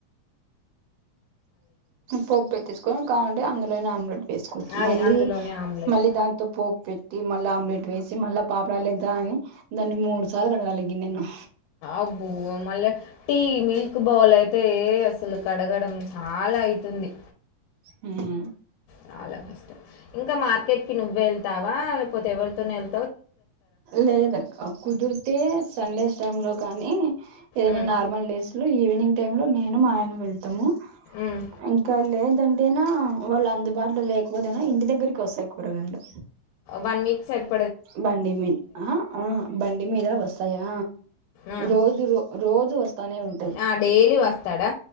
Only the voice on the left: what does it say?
అదే
అందులోనే ఆమ్లెట్
అబ్బో మళ్ళీ టీ మిల్క్ బౌల్ అయితే ఎ అసలు కడగడం చాలా అయితుంది
చాలా కష్టం ఇంకా మార్కెట్ కి నువ్వే వెళ్తావా లేకపోతే ఎవరితోనేల్
ఉమ్,
ఉమ్.
వన్ వీక్ సరిపడ్
ఆ,
ఆ, డైలీ వస్తాడా